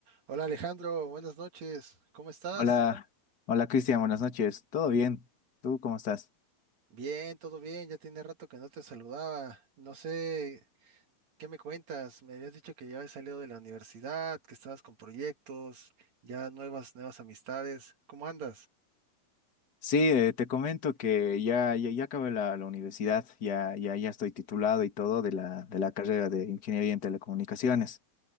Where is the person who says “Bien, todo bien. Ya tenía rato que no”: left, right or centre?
Right